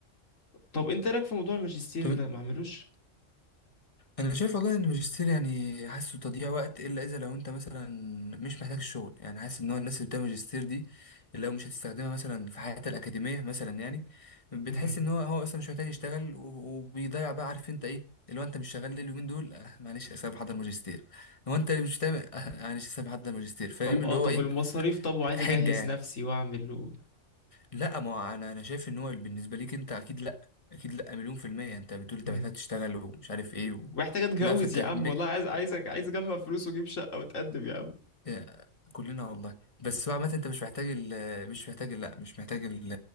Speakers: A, on the left; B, on the left.
A: طب أنت إيه رأيك في موضوع الماجستير
B: طب
A: ده ما أعملوش؟
B: انا شايف والله ان الماجستير يعني حاسه تضييع وقت الا اذا لو انت مثلا مش محتاج الشغل يعني حاسس ان هو الناس اللي بتعمل ماجستير دي لو مش هتستخدمها مثلا في حياتها الاكاديميه مثلا يعني بتحس
A: مهم.
B: ان هو هو اصلا مش محتاج يشتغل و- وبيضيع بقى عارف انت ايه اللي هو انت مش شغال ليه اليومين دول آه معلش اسيب احضر ماجستير هو انت اللي مش تعمل آه آه، معلش اسيب احضر ماجستير فاهم
A: طب
B: اللي
A: اه طب
B: هو ايه
A: المصاريف طب وعايز
B: حجه
A: أجهز
B: يعني
A: نفسي وأعمل و...
B: لا ما هو انا انا شايف ان هو بالنسبه ليك انت اكيد لا اكيد لا مليون في الميه انت بتقول انت
A: مم.
B: محتاج تشتغل ومش عارف ايه و...
A: ومحتاج أتجوز
B: لا فانت
A: يا
B: م...
A: عم والله عايز عايزك عايز أجمع فلوس وأجيب شقة وأتقدم يا عم
B: آه، كلنا والله بس بقى عامه انت مش محتاج ال... مش محتاج لا مش محتاج ال...